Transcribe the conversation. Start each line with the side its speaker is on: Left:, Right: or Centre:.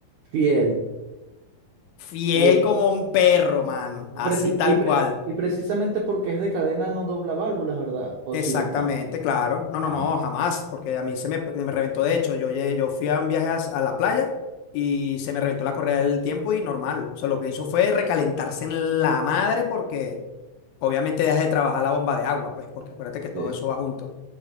Right: fiel.
Left: Fiel
Right: Sí.
Left: como un perro, mano. Así
Right: Preci-
Left: tal
Right: y, pre-
Left: cual.
Right: y precisamente porque es de cadena no dobla válvulas, ¿verdad? O
Left: Exactamente,
Right: sí dobla.
Left: claro. No, no,
Right: Ah,
Left: no, jamás, porque a mí se me, me reventó. De hecho, yo, lle- yo fui a un viaje a, a la playa y se me reventó la correa del tiempo y normal. O sea, lo que hizo fue recalentarse en la madre porque Obviamente dejas de trabajar la bomba de agua, pues, porque acuérdate que todo
Right: sí,
Left: eso va junto.